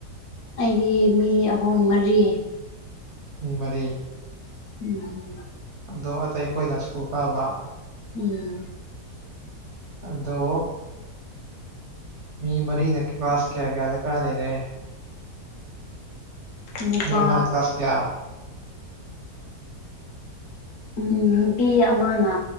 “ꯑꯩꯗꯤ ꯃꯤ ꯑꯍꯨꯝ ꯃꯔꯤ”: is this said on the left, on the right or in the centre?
Left